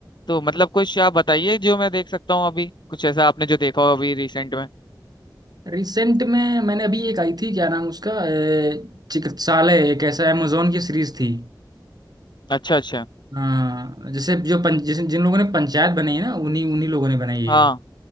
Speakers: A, on the left (about 65°); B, on the right (about 55°).
A: तो मतलब कुछ आप बताइए जो मैं देख सकता हूँ अभी कुछ ऐसा आपने जो देखा हो अभी रिसेंट में
B: रिसेंट में मैंने अभी एक आई थी क्या नाम उसका अ, चिकित्सालय एक ऐसा amazon की सीरीज थी
A: अच्छा अच्छा
B: हाँ जैसे जो पंच, जैसे जिन लोगों ने पंचायत बनाई है ना उन्हीं उन्हीं लोगों ने बनाई है
A: हाँ
B: ये।